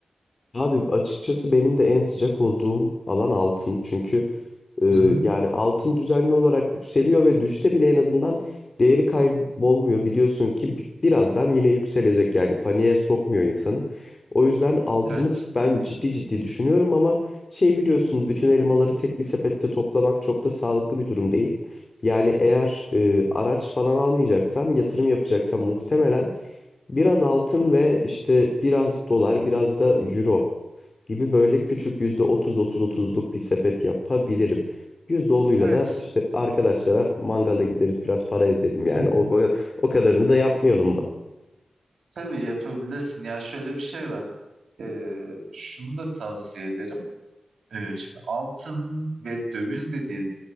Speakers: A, on the left; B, on the right.
A: Abi açıkçası benim de en sıcak olduğum alan altın. Çünkü e,
B: Hı hı.
A: yani altın düzenli olarak yükseliyor ve düşse bile en azından değeri kaybolmuyor. Biliyorsun ki bi- birazdan yine yükselecek yani paniğe sokmuyor insanı. O yüzden altını
B: Evet.
A: ben ciddi ciddi düşünüyorum ama şey biliyorsun bütün elmaları tek bir sepette toplamak çok da sağlıklı bir durum değil. Yani eğer e, araç falan almayacaksam, yatırım yapacaksam muhtemelen biraz altın ve işte biraz dolar, biraz da euro gibi böyle küçük yüzde otuz otuz otuzluk bir sepet yapabilirim. Yüzde onuyla
B: Evet.
A: da işte arkadaşlara mangala gideriz biraz para ezelim yani
B: <laughs>
A: o, o, o kadarını da yapmayalım mı?
B: Tabii yapabilirsin. Ya şöyle bir şey var. Ee, şunu da tavsiye ederim. Ee, şimdi altın ve döviz dediği